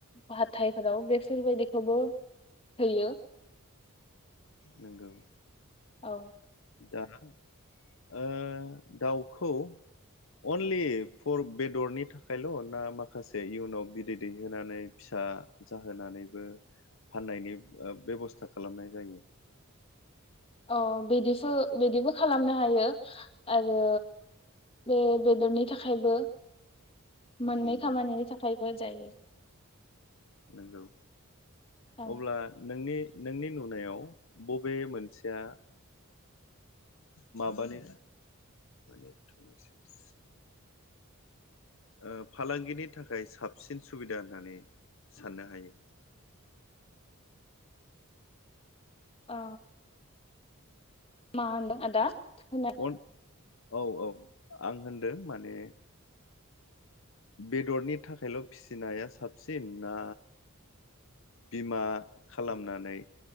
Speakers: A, on the left (about 25°); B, on the left (about 60°).
A: हाथायफोराव बेफोरबायदिखौबो होयो।
B: नोंगौ
A: औ
B: दा ओ दाउखौ अनलि फर बेदरनि थाखायल' ना माखासे इयुनाव बिदै दैहोनानै फिसा जाहोनानैबो फाननायनि बेब बेब'स्था खालामनाय जायो
A: अ बिदिसो बिदिबो खालामनो हायो आरो बे बेदरनि थाखायबो मोननै
B: नंगौ
A: खामानिनि थाखायबो जायो
B: नंगौ
A: औ
B: अब्ला नोंनि नोंनि नुनायाव बबे मोनसेया माबानो मानि एथ मेसेस ओ फालांगिनि थाखाय साबसिन सुबिदा होननानै साननो हायो
A: ओ मा होनदों आदा खोना
B: अन औ औ आं होनदों माने बेदरनि थाखायल' फिसिनाया साबसिन ना बिमा खालामनानै